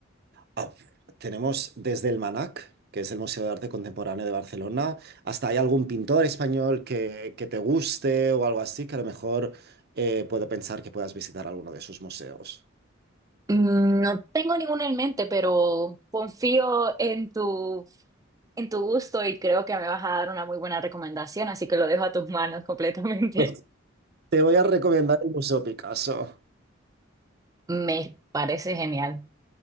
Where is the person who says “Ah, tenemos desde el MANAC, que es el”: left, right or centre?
Right